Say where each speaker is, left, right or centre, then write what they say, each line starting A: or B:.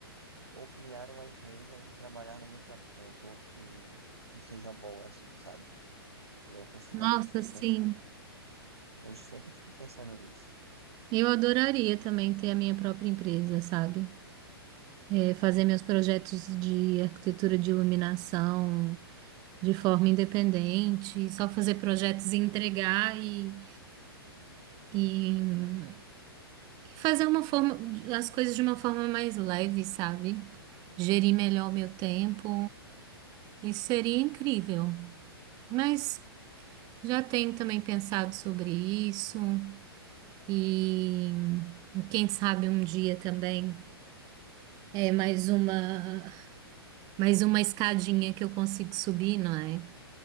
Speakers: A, on the right (about 90°); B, on the right (about 30°).
A: ou criar uma empresa e trabalhar no meu próprio tempo e, e seja boa assim, sabe? E eu consiga
B: Nossa,
A: me sustentar.
B: sim.
A: Eu sempre fico pensando nisso.
B: Eu adoraria também ter a minha própria empresa, sabe? É, fazer meus projetos de arquitetura de iluminação, de forma independente, só fazer projetos e entregar e, e e fazer uma forma, as coisas de uma forma mais leve, sabe? Gerir melhor o meu tempo. Isso seria incrível. Mas já tenho também pensado sobre isso e quem sabe um dia também é mais uma mais uma escadinha que eu consigo subir, não é?